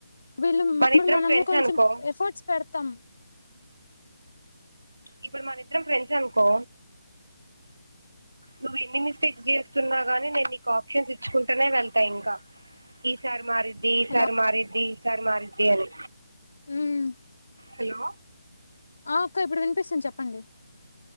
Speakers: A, on the left (about 70°); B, on the right (about 80°).
A: వీళ్ళు
B: మన
A: ఇప్పుడు
B: ఇద్దరం
A: మనము
B: ఫ్రెండ్స్
A: కొంచెం
B: అనుకో
A: ఎఫర్ట్స్ పెడతాం
B: ఇప్పుడు మనిద్దరం ఫ్రెండ్స్ అనుకో నువ్వు ఎన్ని మిస్టేక్ చేస్తున్నా గాని నేను నీకు ఆప్షన్స్ ఇచ్చుకుంటేనే వెళ్త ఇంకా ఈ సారి మారిద్ది ఈ
A: హలో
B: సారి మారిద్ది ఈ సారి మారిద్ది అని
A: ఉమ్
B: హలో
A: ఆ అక్క ఇప్పుడు వినిపిస్తుంది చెప్పండి.